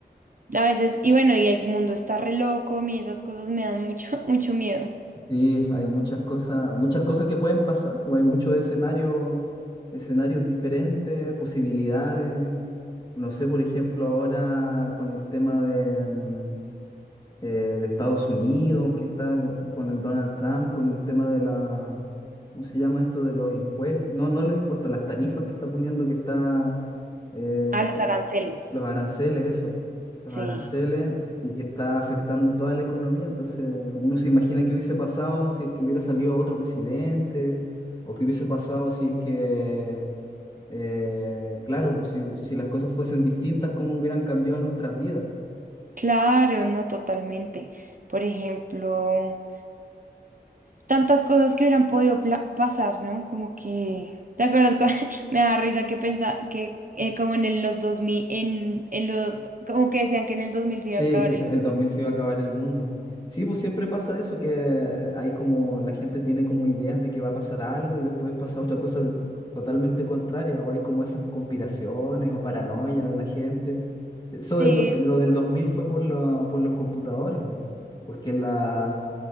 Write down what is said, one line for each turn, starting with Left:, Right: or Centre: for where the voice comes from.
Right: A veces, y bueno, y el mundo está re loco, a mí esas cosas me dan mucho, <laughs> mucho miedo.
Left: Sí, hay muchas cosas, muchas cosas que pueden pasar, pues hay muchos escenarios, escenarios diferentes, posibilidades. No sé, por ejemplo, ahora con el tema de, mm, eh, de Estados Unidos, que está con con el Donald Trump, con el tema de la, ¿cómo se llama esto? De los impuestos, no, no los impuestos, las tarifas que está poniendo, que está eh,
Right: A los aranceles.
Left: los aranceles, eso, los
Right: Sí,
Left: aranceles y que está afectando toda la economía. Entonces, uno se imagina qué hubiese pasado si es que hubiera salido otro presidente o qué hubiese pasado si es que, eh, claro, pues, si, si las cosas fuesen distintas, cómo hubieran cambiado nuestras vidas.
Right: claro, no totalmente. Por ejemplo, tantas cosas que hubieran podido pla- pasar, ¿no? Como que, ¿te acuerdas? cua- <laughs> Me da risa que pensaba que eh, como en el- los 2000 en, en lo, como que decían que en el 2000 se iba
Left: Sí,
Right: a acabar
Left: que se-
Right: el... mundo.
Left: el 2000 se iba a acabar el mundo. Sí, pues siempre pasa eso, que hay como, la gente tiene como ideas de que va a pasar algo y después pasa otra cosa de- totalmente contraria, o hay como esas conspiraciones o paranoia de la gente. Eso
Right: Sí,
Left: del, do- lo del 2000 fue por, la- por los computadores, bu, porque la,